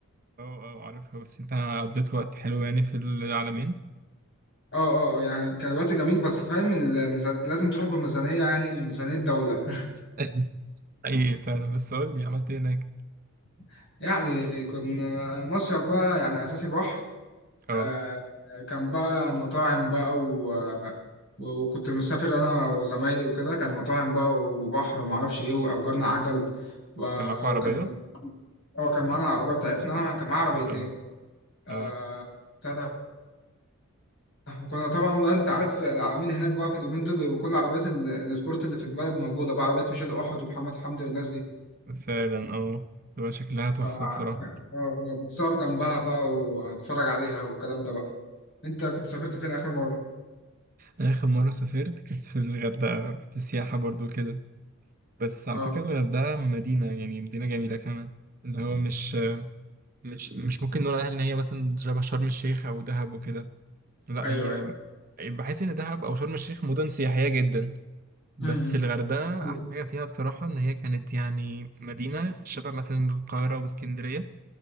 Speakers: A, on the right (about 40°); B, on the left (about 50°).
A: اه اه عارفها بس انت قضيت وقت حلو يعني في العلمين
B: اه اه يعني كان الوقت جميل بس فاهم الميزان لازم تروح بميزانيه يعني ميزانيه دوله
A: <laughs> ايه فعلا بس قول لي عملت ايه هناك؟
B: <laughs> يعني كنا مصيف بقى يعني اساسي بحر
A: اه
B: آه، كان بقى مطاعم بقى و... و- وكنت مسافر انا وزمايلي وكده كان مطاعم بقى وبحر وما اعرفش ايه واجرنا عجل و...
A: كان معاكوا عربية؟
B: وكان اه كان معانا العربيه بتاعتنا كان معانا عربيتين
A: اه
B: آه...
A: اه
B: بتاع ده. كنا طبعا بقى انت عارف العالمين هناك بقى في اليومين دول بيبقوا كل عربيات ال- السبورت اللي في البلد موجوده بقى عربيات ميشيل احد ومحمد حمدي والناس دي
A: فعلا اه تبقى شكلها تحفة
B: ف آه،
A: بصراحة
B: آه، بتصور جنبها بقى وتتفرج عليها والكلام ده بقى انت كنت سافرت فين اخر مره
A: أنا آخر مرة سافرت كانت في الغردقة رحت السياحة برضو كده بس
B: اه
A: على فكرة الغردقة مدينة يعني مدينة جميلة كمان اللي هو مش مش مش ممكن نقول عليها ان هي مثلا شبه شرم الشيخ او دهب وكده لا
B: ايوه
A: هي بحس ان دهب او شرم الشيخ مدن سياحيه جدا بس
B: ايوه
A: الغردقه
B: أيوة،
A: احلى حاجه فيها بصراحه ان هي كانت يعني مدينه شبه مثلا القاهره واسكندريه